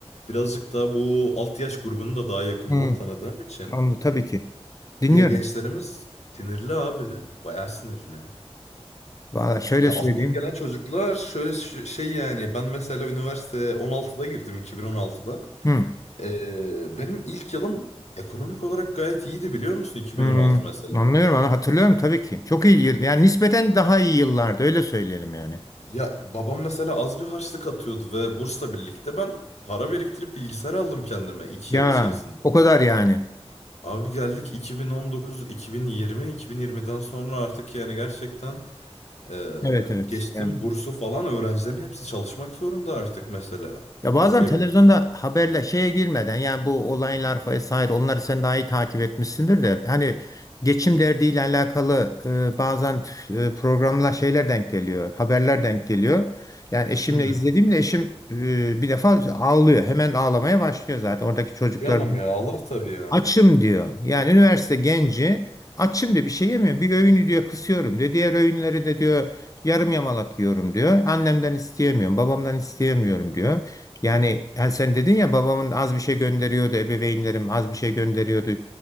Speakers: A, on the left; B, on the left.
A: birazcık da bu alt yaş grubunu da daha yakından
B: Hı,
A: tanıdığım için
B: anlı tabii ki. Dinliyorum.
A: ya gençlerimiz sinirli abi. Bayağı sinirli.
B: Valla şöyle
A: Ya
B: söyleyeyim.
A: alttan gelen çocuklar şöyle ş- şey yani ben mesela üniversite 16'da girdim 2016'da.
B: Hı,
A: Ee, benim ilk yılım ekonomik olarak gayet iyiydi biliyor musun 2016
B: hı,
A: mesela.
B: anlıyorum ama hatırlıyorum tabii ki. Çok iyi yıl. Yani nispeten daha iyi yıllardı öyle söyleyelim yani.
A: Ya babam mesela az bir harçlık atıyordu ve bursla birlikte ben para biriktirip bilgisayar aldım kendime 2
B: Ya
A: yıl içerisinde.
B: o kadar yani.
A: Abi geldik 2019, 2020, 2020'den sonra artık yani gerçekten eee,
B: Evet evet.
A: geçtim
B: Yani
A: bursu falan öğrencilerin hepsi çalışmak zorunda artık mesela
B: Ya bazen
A: okuyabilmek.
B: televizyonda haberle şeye girmeden yani bu olaylar vesaire onları sen daha iyi takip etmişsindir de hani geçim derdiyle alakalı e, bazen e, programlar şeyler denk geliyor, haberler denk geliyor. Yani eşimle
A: Hı hı.
B: izlediğimde eşim e, bir defa ağlıyor. Hemen ağlamaya başlıyor zaten. Oradaki çocuklar
A: Kıyamam ya ağlar tabii ya.
B: Açım diyor. Yani üniversite genci açım diyor bir şey yemiyor. Bir öğünü diyor kısıyorum diyor. Diğer öğünleri de diyor yarım yamalak yiyorum diyor. Annemden isteyemiyorum, babamdan isteyemiyorum diyor. Yani, yani sen dedin ya babamın az bir şey gönderiyordu, ebeveynlerim az bir şey gönderiyordu